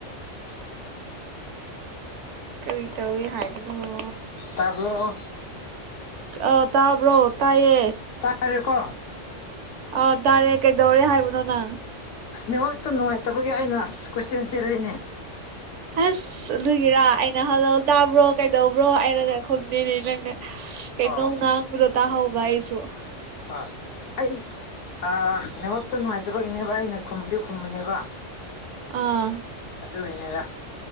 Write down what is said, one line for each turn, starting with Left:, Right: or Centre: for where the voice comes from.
Right: ꯀꯔꯤ ꯇꯧꯋꯤ ꯍꯥꯏꯕꯅꯣ
Left: ꯇꯥꯕ꯭ꯔꯣ
Right: ꯑꯥ ꯇꯥꯕ꯭ꯔꯣ ꯇꯥꯏꯌꯦ
Left: ꯇꯥꯔꯦꯀꯣ
Right: ꯑꯥ ꯇꯥꯔꯦ ꯀꯩꯗꯧꯔꯦ ꯍꯥꯏꯕꯅꯣ ꯅꯪ
Left: ꯑꯁꯅꯦꯋꯥꯛꯇ ꯅꯨꯡꯉꯥꯏꯇꯕꯒꯤ ꯑꯩꯅ ꯑꯁ ꯀꯣꯏꯆ‌ꯦꯟ ꯆꯦꯜꯂꯤꯅꯦ
Right: ꯍꯁ ꯑꯗꯨꯒꯤꯔꯥ ꯑꯩꯅ ꯍꯜꯂꯧ ꯇꯥꯕ꯭ꯔꯣ ꯀꯩꯗꯧꯕ꯭ꯔꯣ ꯍꯥꯏꯔꯒ ꯈꯨꯝꯗꯦꯅꯦ ꯅꯪꯅ ꯀꯩꯅꫭꯝ
Left: ꯑꯧ
Right: ꯉꯥꯡꯕꯗꫭ ꯇꯍꯧꯚꯥ‌ ꯑꯩꯁꯨꯨ
Left: ꯍꯣꯏ ꯑꯩ ꯑꯥ ꯅꯦꯠꯋꯥꯛꯇꯨ ꯅꯨꯡꯉꯥꯏꯇꯕꯒꯤꯅꯦꯕ ꯑꯩꯅ ꯈꯨꯝꯗꯤ ꯈꯨꯝꯕꯅꯦꯕ
Right: ꯑꯥ
Left: ꯑꯗꯨꯒꯤꯅꯤꯗ